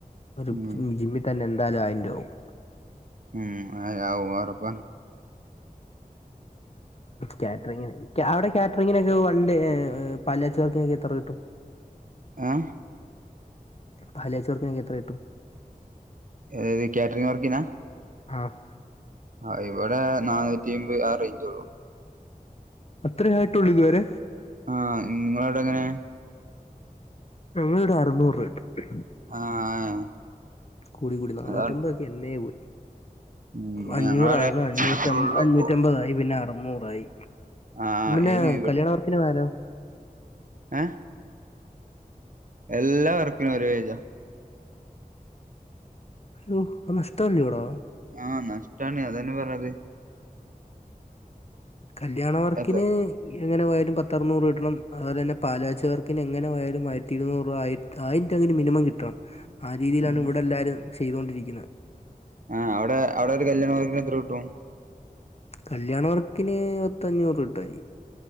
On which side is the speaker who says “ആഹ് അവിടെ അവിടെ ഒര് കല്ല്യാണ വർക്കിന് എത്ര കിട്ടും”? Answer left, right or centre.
Right